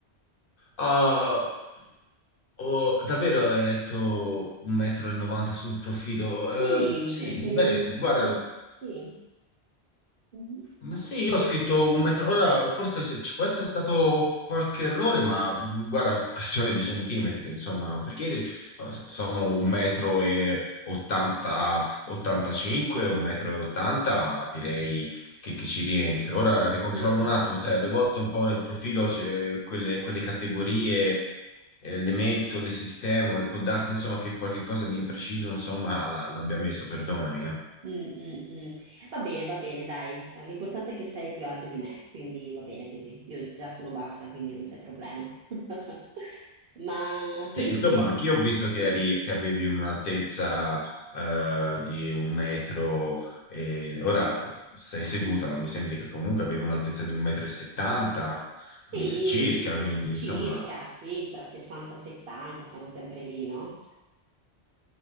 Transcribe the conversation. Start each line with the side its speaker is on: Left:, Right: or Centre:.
Left: Ah, ho- davvero hai letto 1,90 m sul profilo? Eh,
Right: Sì,
Left: sì,
Right: perché
Left: beh,
Right: mi...
Left: guarda.
Right: mi- Sì. Mhm.
Left: Ma Sì, io ho scritto un metro, ora forse c- ci può essere stato qualche errore, ma mh, guarda, questione di centimetri, insomma, perché eh, s- sono un metro e 80, 85, un metro e 80, direi che, che ci rientro. Ora ricontrollo
Right: Ah,
Left: un attimo, sai, alle volte un po' nel profilo c'è quelle, quelle categorie, eh, le metto, le sistemo e può darsi, insomma, che qualche cosa di impreciso, insomma, l'abbia messo, perdonami, eh.
Right: mm, mm, mm. Va bene, va bene, dai. Eh, L'importante è che sei più alto di me, quindi va bene così. Io già sono bassa, quindi non c'è problema. <laughs> Ma senti,
Left: Sì, insomma, anch'io ho visto che,
Right: sì.
Left: eri- che avevi un'altezza eh, di un metro, e ora sei seduta, ma mi sembra che comunque avevi un'altezza di un metro e settanta, quindi
Right: Sì,
Left: circa, quindi
Right: circa,
Left: insomma...
Right: sì, tra 60 e 70, siamo sempre lì, no?